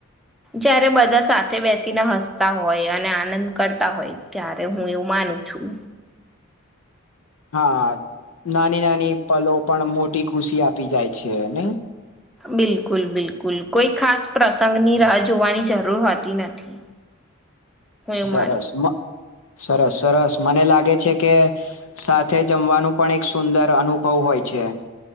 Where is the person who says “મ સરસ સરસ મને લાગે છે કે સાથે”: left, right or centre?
Left